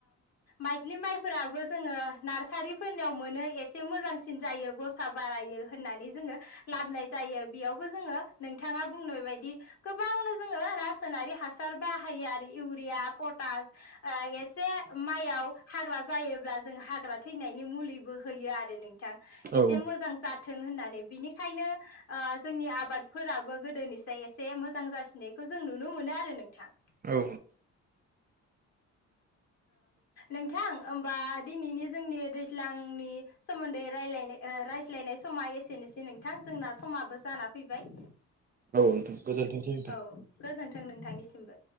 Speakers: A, on the left; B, on the right.
A: माइग्लि माइफोराबो जो नार्सारिफोरनियाव मोनो एस एसे मोजांसिन जायो गसा बारायो होननानै जोङो लाबोनाय जायो बेयावबो जोङो नोंथां बुंनाय बायदि गोबांनो जोङो रासायनारि हासार बाहायो आरो इउरिया पटास एसे माइयाव हाग्रा जायोब्ला जों हाग्रा थैनायनि मुलिबो होयो आरो नोंथां एसे
B: औ
A: मोजां जाथों होननानै बिनिखायनो जोंनि आब आबादफोराबो गोदोनिफ्रायाय एसे मोजां जासिनायखौ जों नुनो मोनो आरो नोंथां
B: औ
A: नोंथां होमबा दिनैनि जोंनि दैज्लांनि सोमोन्दै रायज्लायनाय रायज्लायनाय समा एसेनोसै नोंथां जोंना समाबो जाना फैबाय
B: औ नोंथां गोजोनथोंसै
A: औ
B: नोंथां
A: गोजोन्थों नोंथांनिसिमबो